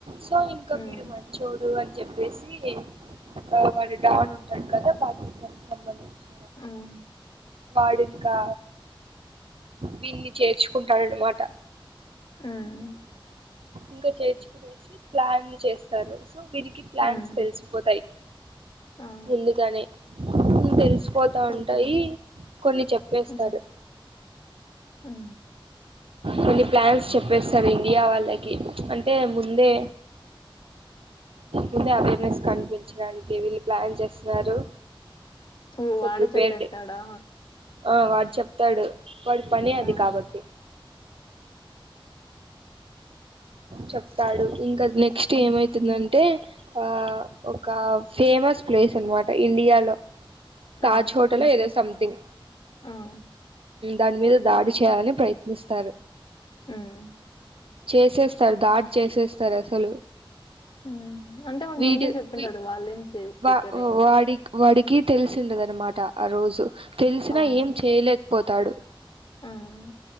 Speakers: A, on the right; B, on the left.
A: సో ఇంకా
B: ఉమ్
A: వీడు మంచోడు అని చెప్పేసి సి ఆ వాడు డాన్ ఉంటాడు కదా పాకిస్తాన్ కి సంబంధించి
B: ఉమ్
A: వాడు ఇంకా దీన్ని చేర్చు కుంటాడన మాట
B: ఉమ్
A: ఇంకా చేర్చుకునేసి ప్లాన్లు చేస్తారు సో వీనికి ప్లాన్స్
B: ఉమ్
A: తెలిసిపోతాయి
B: ఆ
A: ముందుగానే తెలిసుపోతా
B: ఫోర్టీన్
A: ఉం టాయి కొన్ని చెప్పేస్తారు
B: ఉమ్ ఉమ్
A: కొన్ని ప్లాన్స్ చెప్పేస్తారు ఇండియా వాళ్ళకి అంటే ముందే ముందే అవేర్నెస్ కనిపచడానికి వీళ్ళు ప్లాన్ చేస్తున్నారు
B: ఓ
A: సో
B: వాడే
A: ప్రిపేర్డ్
B: చెప్పేస్తాడా
A: ఆ వాడు చెప్తాడు వాడి పని అది
B: ఉమ్
A: కాబట్టి చెప్తాడు ఇంకా నెక్స్ట్
B: ఉమ్
A: ఏమైతుందంటే ఆ ఒక ఫేమస్ ప్లేస్ అనమాట ఇం డియాలో తాజ్
B: ఆ
A: హోటల్ ఏదో సంథింగ్
B: ఆ ఉమ్
A: దాని మీద దాడి చేయాలని ప్రయత్నిస్తారు
B: ఉమ్
A: చేసేస్తారు దాడి చేసేస్తారు అసలు
B: ఉమ్ అంటే వాడు
A: వీడు
B: ముందే చెప్పింటాడు
A: వి
B: వాళ్ళేం చే
A: వా
B: ప్రిపేర్ అయ్యిండ
A: వాడి వాడి కి తెలిసిండదనమాట ఆ రోజు తెలిసినా
B: అవును
A: ఏం చేయలేకపోతాడు
B: ఉమ్